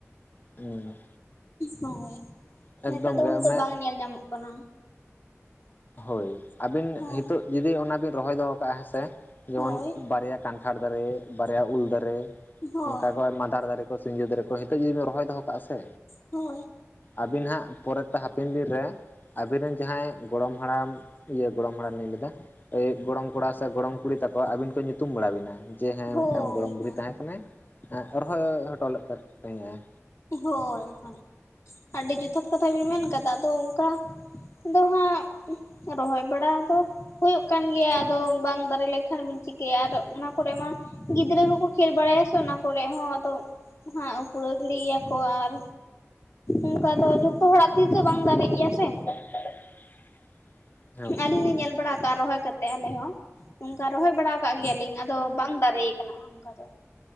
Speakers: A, on the left; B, on the left.
A: ᱦᱩᱸ᱾
B: ᱦᱳᱭ,
A: ᱮᱠᱫᱚᱢ
B: ᱱᱮᱛᱟᱨ ᱫᱚ
A: ᱜᱮ
B: ᱩᱱᱟᱹᱜ
A: ᱚᱱᱮ
B: ᱫᱚ ᱵᱟᱝ ᱧᱮᱞ ᱧᱟᱢᱚᱜ ᱠᱟᱱᱟ᱾
A: ᱦᱳᱭ ᱟᱹᱵᱤᱱ
B: ᱦᱳᱭ
A: ᱦᱤᱛᱳᱜ ᱡᱩᱫᱤ ᱚᱱᱟ ᱵᱤᱱ ᱨᱚᱦᱚᱭ ᱫᱚᱦᱚ ᱠᱟᱜᱼᱟ ᱦᱮᱸᱥᱮ᱾ ᱡᱮᱢᱚᱱ
B: ᱦᱳᱭ
A: ᱵᱟᱨᱭᱟ ᱠᱟᱱᱴᱷᱟᱲ ᱫᱟᱨᱮ, ᱵᱟᱨᱭᱟ ᱩᱞ ᱫᱟᱨᱮ,
B: ᱦᱳᱭ
A: ᱚᱱᱠᱟ ᱠᱚ ᱢᱟᱸᱫᱟᱨ ᱫᱟᱨᱮ ᱥᱤᱸᱡᱚ ᱫᱟᱨᱮ ᱠᱚ ᱦᱤᱛᱚᱜ ᱡᱩᱫᱤ ᱵᱮᱱ ᱨᱚᱦᱚᱭ ᱫᱚᱦᱚ ᱠᱟᱜᱼᱟ ᱥᱮ
B: ᱦᱳᱭ᱾
A: ᱟᱵᱤᱱ ᱦᱟᱸᱜ ᱯᱚᱨᱮᱛᱮ ᱦᱟᱯᱮᱱ ᱫᱤᱱ ᱨᱮ ᱟᱵᱤᱱ ᱨᱮᱱ ᱡᱟᱦᱟᱸᱭ ᱜᱚᱲᱚᱢ ᱦᱟᱲᱟᱢ ᱤᱭᱟᱹ ᱜᱚᱲᱚᱢ ᱦᱟᱲᱟᱢ ᱞᱤᱧ ᱞᱟᱹᱭᱫᱟ ᱮᱭ ᱜᱚᱲᱚᱢ ᱠᱚᱲᱟ ᱥᱮ ᱜᱚᱲᱚᱢ ᱠᱩᱲᱤ ᱛᱟᱠᱚ ᱟᱹᱵᱤᱱ ᱠᱚ ᱧᱩᱛᱩᱢ ᱵᱟᱲᱟ ᱵᱤᱱᱟ᱾ ᱡᱮ ᱦᱮᱸ
B: ᱦᱳᱭ
A: ᱢᱤᱫᱴᱟᱝ ᱜᱚᱲᱚᱢ ᱵᱩᱲᱦᱤ
B: ᱦᱳᱭ
A: ᱛᱟᱦᱮᱸ ᱠᱟᱱᱟᱭ ᱮᱸᱜ ᱨᱚᱷᱚᱭ ᱦᱚᱴᱚ ᱞᱮᱫ ᱛᱟᱦᱮᱸ-ᱟᱭ᱾
B: ᱦᱳᱭ ᱦᱳᱭ᱾ ᱟᱹᱰᱤ ᱡᱚᱛᱷᱟᱛ ᱠᱟᱛᱷᱟ ᱵᱤᱱ ᱢᱮᱱ ᱠᱟᱫᱟ ᱟᱫᱚ ᱠᱟ ᱫᱚ ᱦᱟᱸᱜ ᱨᱚᱦᱚᱭ ᱵᱟᱲᱟ ᱫᱚ ᱦᱩᱭᱩᱜ ᱠᱟᱱ ᱜᱮᱭᱟ ᱟᱫᱚ ᱵᱟᱝ ᱫᱟᱨᱮ ᱞᱮᱠᱷᱟᱱ ᱵᱤᱱ ᱪᱤᱠᱟᱹᱭᱟ ᱟᱨ ᱚᱱᱟ ᱠᱚᱨᱮ ᱢᱟ ᱜᱤᱫᱽᱨᱟᱹ ᱠᱚᱠᱚ ᱠᱷᱮᱞ ᱵᱟᱲᱟᱭᱟ ᱥᱮ ᱚᱱᱟ ᱠᱚᱨᱮᱜ ᱦᱚᱸ ᱟᱫᱚ ᱦᱟᱸᱜ ᱩᱯᱲᱟᱹ ᱭᱟᱠᱚ ᱟᱨ ᱚᱝᱠᱟ ᱫᱚ ᱡᱷᱚᱛᱚ ᱦᱚᱲᱟᱜ ᱛᱤᱥ ᱛᱮᱦᱚᱸ ᱵᱟᱝ ᱫᱟᱨᱮᱜ ᱜᱮᱭᱟ ᱥᱮ᱾
A: <inaudible> ᱦᱳᱭ
B: ᱟᱹᱞᱤᱧ ᱞᱤᱧ ᱧᱮᱞ ᱵᱟᱲᱟᱣ ᱠᱟᱜᱼᱟ ᱨᱚᱦᱚᱭ ᱠᱟᱛ ᱛᱮ ᱟᱞᱮ ᱦᱚᱸ ᱚᱱᱠᱟ ᱨᱚᱦᱚᱭ ᱵᱟᱲᱟᱣ ᱠᱟᱜ ᱜᱮᱭᱟᱞᱤᱧ ᱟᱫᱚ ᱵᱟᱝ ᱫᱟᱨᱮᱭ ᱠᱟᱱᱟ ᱚᱱᱠᱟ ᱫᱚ